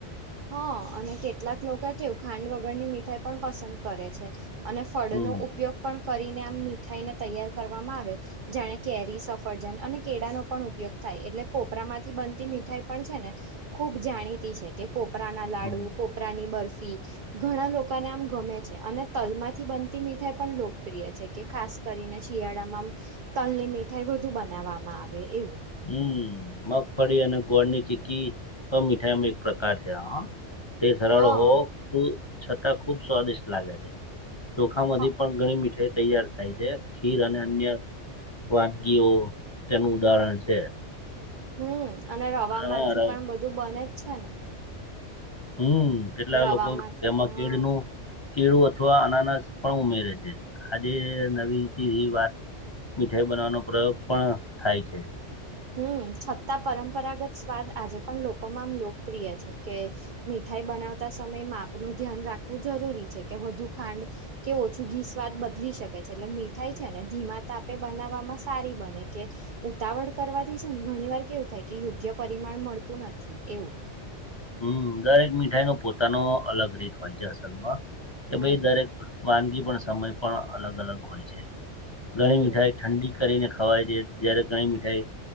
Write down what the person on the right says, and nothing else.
હા અને કેટલાક લોકો કેવું ખાંડ વગરની મીઠાઈ પણ પસંદ કરે છે. અને ફળનો
ઉપયોગ પણ. કરીને આમ મીઠાઈને તૈયાર કરવામાં આવે જાણે કેરી સફરજન અને કેળા નો પણ ઉપયોગ થાય થ એટલે કોપરામાંથી બનતી મીઠાઈ પણ છે ને ખુબ જાણીતી છે કે કોપરા ના લાડુ,
કોપરાની બરફી ઘણા લોકોને આમ ગમે છે અને તલમાંથી બનતી મીઠાઈ પણ લોકપ્રિય છે કે ખાસ કરીને શિયાળામાં તલ ની મીઠાઈ વધુ બનાવવામાં આવે એવું
હા
હ,
હમ અને રવામાંથી
પણ બધું બને જ છે ને.
રવામાંથી
તો
હા
હમ છતાં પરંપરાગત સ્વાદ આજે પણ લોકોમાં આમ લોકપ્રિય છે કે મીઠાઈ. બનાવતા સમયે માપનું ધ્યાન રાખવું જરૂરી છે કે વધુ ખાંડ કે ઓછું ઘી સ્વાદ. બદલી શકે છે એટલે મીઠાઈ છે ને ધીમા તાપે બનાવવામાં સારી બને કે ઉતાવળ. કરવાથી છે ને ઘણી વાર કેવું થાય કે યોગ્ય પરિમાણ મળતું નથી એવું.
હમ
હમ